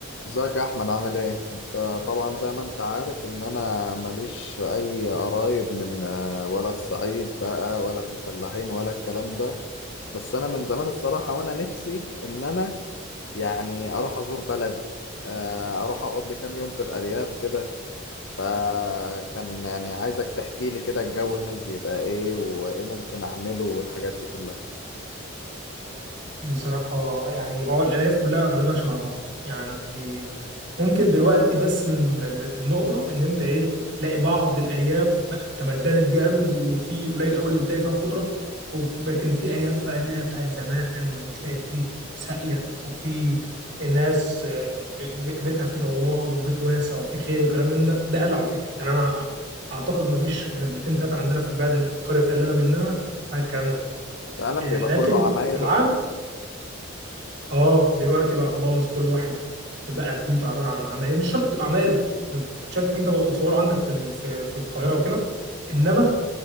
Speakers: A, on the left (about 65°); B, on the right (about 55°).
A: ازيك يا احمد عامل ايه انت طبعا زي ما انت عارف ان انا ماليش اي قرايب من آه، ولا الصعيد بقى ولا في الفلاحين ولا الكلام ده بس انا من زمان الصراحة وانا نفسي ان انا يعني اروح ازور بلد آه، اروح اقعد لي كام يوم في الارياف كده فكان يعني عايزك تحكي لي كده الجو هناك بيبقى ايه وايه ممكن اعمله والحاجات دي كلها
B: بصراحة يعني هو الألياف كلها أغلبها شبه بعض يعني ممكن دلوقتي بس ال- ال- النقطة إن أنت إيه تلاقي بعض الأرياف بقت تمدنت جامد وفي قليل أوي اللي تلاقي فيها خضرة وف- لكن في أرياف بقى اللي هي بتاعت زمان وتلاقي في ساقية وفي ناس آه، ب- بيتها فيه دوار وبيت واسع وفي خير وكلام من ده ده قل على فكرة يعني أنا أعتقد مفيش غير بيتين تلاتة عندنا في البلد القرية اللي أنا منها فيها الكلام ده
A: فعلا
B: آه،
A: بيبقى
B: لكن
A: كله عماير
B: في العام
A: وكده
B: اه دلوقتي بقى خلاص كل واحد بقى بيوته عباره عن عماير مش شرط تبقى عماير بالشكل ده بتصوره عندك في ال- في في القاهره وكده انما